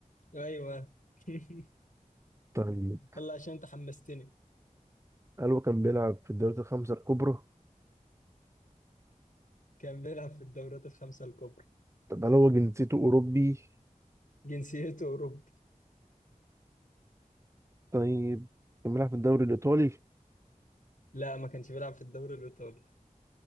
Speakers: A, on the left (about 75°); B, on the right (about 20°).
A: ايوه <laughs>
B: طيب
A: يلا عشان انت حمستني
B: هل هو كان بيلعب في الدوريات الخمسة الكبرى
A: كان بيلعب في الدورات الخمسة الكبرى
B: طب هل هو جنسيته أوروبي
A: جنسيته أوروبي
B: طيب كان بيلعب في الدوري الإيطالي
A: لا ما كانش بيلعب في الدوري الإيطالي